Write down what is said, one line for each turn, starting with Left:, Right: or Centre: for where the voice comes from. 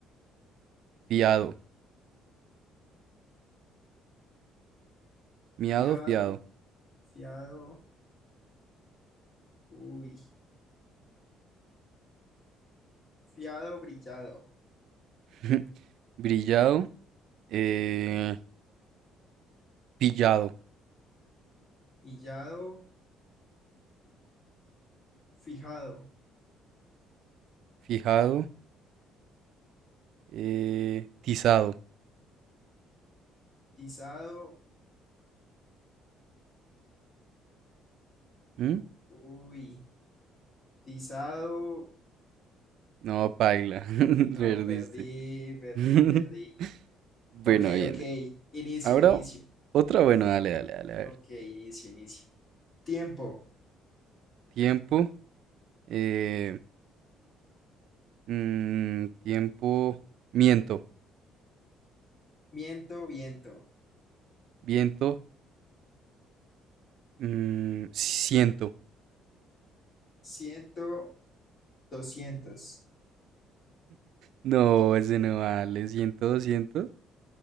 Right: fiado, miado,
Left: Fiado,
Right: fiado,
Left: fiado, uy. Fiado, brillado.
Right: <laughs> brillado, eh, pillado,
Left: Pillado, fijado.
Right: fijado, eh, tizado.
Left: Tizado,
Right: ¿Mm?
Left: uy. Tizado,
Right: No, paila, <laughs>
Left: no,
Right: perdiste.
Left: perdí, perdí,
Right: <laughs>
Left: perdí.
Right: bueno,
Left: Ok,
Right: bien.
Left: ok. Inicio,
Right: Ahora
Left: inicio.
Right: otra, bueno, dale, dale, dale, a ver.
Left: Ok, inicio, inicio. Tiempo.
Right: Tiempo, eh, mm, tiempo, miento,
Left: Miento, viento.
Right: viento, mm, siento.
Left: Ciento, doscientos.
Right: No, ese no vale, siento, 200